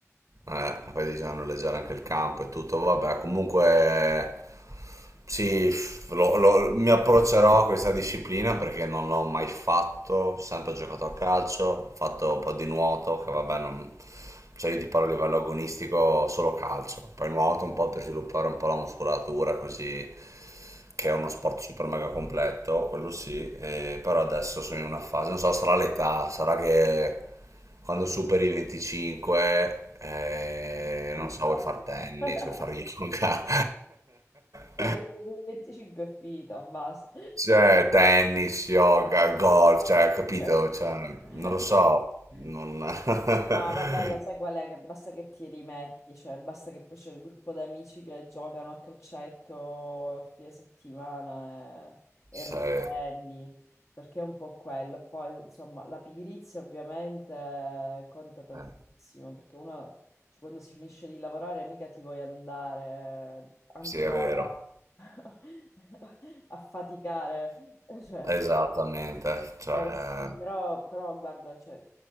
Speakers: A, on the right; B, on the left.
A: Eh,
B: <laughs>
A: poi bisogna noleggiare anche il campo e tutto, vabbè, comunque sì, f- lo- lo- mi approccerò a questa disciplina perché non l'ho mai fatto, ho sempre giocato a calcio, ho fatto un po' di nuoto, che vabbè, non, cioè io ti parlo a livello agonistico solo calcio, poi nuoto un po' per sviluppare un po' la muscolatura, così che
B: Eh,
A: è uno sport super mega completo, quello sì, eh, però adesso sono in una fase, non so, sarà l'età, sarà che quando superi i 25, eh,
B: È finita.
A: non so, vuoi far tennis,
B: <laughs>
A: vuoi far yoga, <laughs>
B: Quando sono 25 è finita, basta.
A: cioè tennis, yoga, golf, cioè, capito?
B: <laughs>
A: Cioè, non lo so,
B: <laughs>
A: non... <laughs>
B: Ah, vabbè, lo sai qual è? Che basta che ti rimetti, cioè basta che poi c'è il gruppo d'amici che giocano a calcetto a fine settimana e, e
A: Se-
B: riprendi, perché è un po' quello. Poi, insomma, la pigrizia ovviamente conta tantissimo,
A: eh,
B: perché uno, cioè, quando si finisce di lavorare mica ti vuoi andare eh, ancora
A: sì, è vero.
B: <laughs> a faticare, cioè...
A: Esattamente, cioè,
B: Eh sì, però, però guarda, cioè,